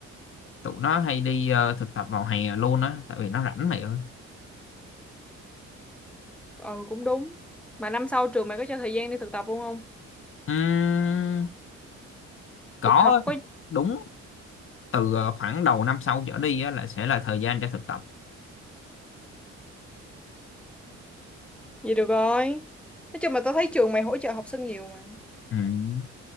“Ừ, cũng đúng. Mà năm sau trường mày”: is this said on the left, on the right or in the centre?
Centre